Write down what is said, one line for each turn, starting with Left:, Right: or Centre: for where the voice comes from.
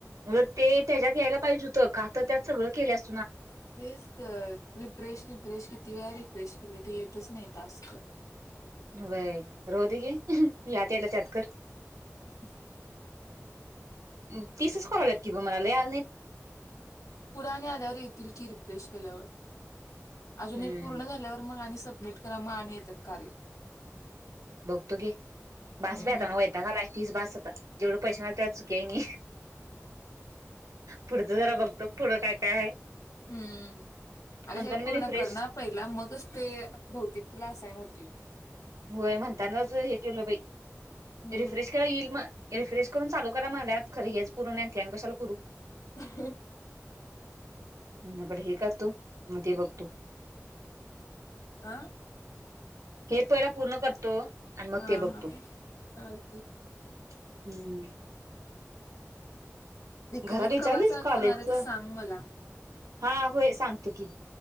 Right: मग ते त्याज्यात यायला पाहिजे होतं का तर त्यात सगळं केल्यास
Left: तेच तर रिफ्रेश रिफ्रेश किती वेळा रिफ्रेश केलं ते येतंच नाही टास्क.
Right: होय राहूदे घे यात याल्यात यात कर.
Left: <inaudible>
Right: अम्म तीसच कॉल आल्यात की गं मला लय आलं नाहीत.
Left: पुढे आणि आल्यावर येतील की रिफ्रेश केल्यावर अजून
Right: हम्म
Left: हे पूर्ण झाल्यावर मग सबमिट करा मग आणि येतात कार्य
Right: बघतो घे बास
Left: हम्म.
Right: बाई आता वयतांग आलंय तीस बास आता जेवढे पैसे मिळाल्यात ते सुखी आहे मी पुढचं जरा बघतो पुढं काय काय आहे
Left: हम्म अगं
Right: म्हणताना
Left: हे
Right: मी
Left: पूर्ण
Right: रिफ्रेश
Left: कर ना पहिला मगच ते बहुतेक तुला असायन होतील
Right: होय म्हणतानाच हे केलं बाई
Left: हम्म.
Right: रिफ्रेश करून येईल म रिफ्रेश करून चालू करा म्हणात खरच हेच पूर्ण नाही ते आणि कशाला करू
Left: ह
Right: पण हे करतो मग ते बघतो
Left: आह
Right: हे पूर्ण करतो आणि मग
Left: हा
Right: ते बघतो
Left: हा चालतंय.
Right: हम्म
Left: डिकेटीत
Right: ह घरात विचारलीस
Left: कवा चालू
Right: कॉलेजच
Left: होणार आहे ते सांग मला.
Right: हा होय सांगतो की